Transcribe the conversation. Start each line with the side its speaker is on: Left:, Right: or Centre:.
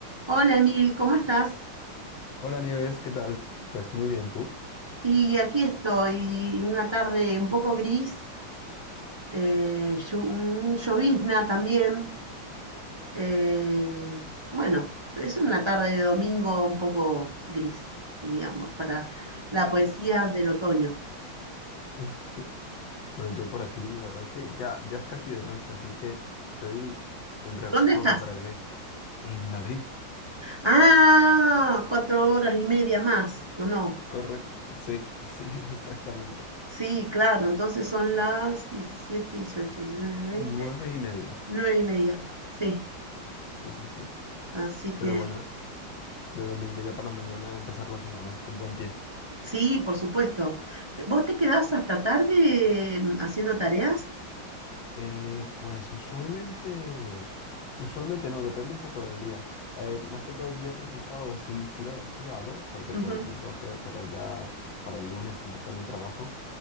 Right: Hola Emil, ¿cómo estás?
Left: Hola Nieves, ¿qué tal? Pues muy bien, ¿tú?
Right: Y aquí estoy, una tarde un poco gris, eh, llu- un llovizna también. eh, bueno, es una tarde de domingo un poco gris, digamos, para la poesía del otoño.
Left: <laughs> Bueno, yo por aquí, la verdad es que ya, ya es casi de noche, así que estoy dentro de
Right: ¿Dónde
Left: poco
Right: estás?
Left: me prepararé en Madrid.
Right: Ah, cuatro horas y media más, ¿o no?
Left: Correcto, sí, <laughs> sí, exactamente.
Right: Sí, claro, entonces son las 17, 18, 19, 20,
Left: Nueve y media.
Right: nueve y media, sí.
Left: Sí, sí, sí.
Right: Así
Left: Pero
Right: que
Left: bueno, de domingo ya para mañana empezar la semana con buen pie.
Right: Sí, por supuesto. Te- ¿Vos te quedás hasta tarde eh, haciendo tareas?
Left: Eh, pues usualmente, usualmente no, depende un poco del día. Eh, más que todo viernes y sábado sí, sí lo, sí lo hago, porque
Right: Ujú,
Left: pues no tengo que, pero ya para el lunes como también trabajo,